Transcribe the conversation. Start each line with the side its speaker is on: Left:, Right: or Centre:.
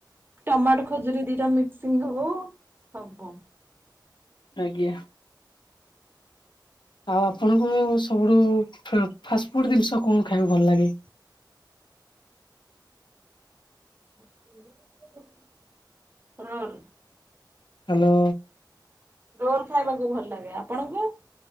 Right: ଟମାଟୋ ଖଜୁରୀ ଦିଟା ମିକ୍ସିଂ ହବ ସବୁ।
Left: ଆଜ୍ଞା। ଆଉ ଆପଣଙ୍କୁ ସବୁଠୁ ଫ-ଫାଷ୍ଟଫୁଡ଼୍ ଜିନିଷ କଣ ଖାଇକୁ ଭଲ ଲାଗେ।
Right: <inaudible> Run
Left: hello.
Right: ରୋଲ୍ ଖାଇବାକୁ ଭଲ ଲାଗେ, ଆପଣଙ୍କୁ?